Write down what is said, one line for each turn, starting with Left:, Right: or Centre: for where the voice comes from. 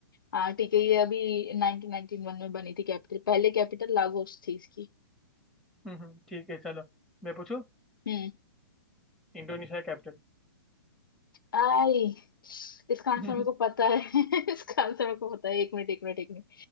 Left: हाँ ठीक है ये अभी 1991 में बनी थी कैपिटल पहले कैपिटल लागोस थी इसकी
Centre: हम्म हम्म, ठीक है चलो मैं पूछूं
Left: हम्म
Centre: Indonesia capital
Left: आई इसका आंसर
Centre: <laughs>
Left: मेरे को पता है <laughs> इसका आंसर मेरे को पता है एक मिनट एक मिनट एक मिनट